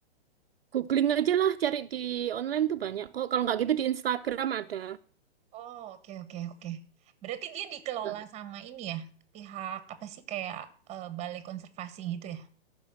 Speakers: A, on the right; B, on the right.
A: Googling aja lah cari di online tuh banyak kok. Kalau nggak gitu di Instagram ada.
B: Oh, oke, oke, oke. Berarti dia dikelola
A: Nah,
B: sama ini ya? Pihak apa sih kayak eh, balai konservasi gitu ya?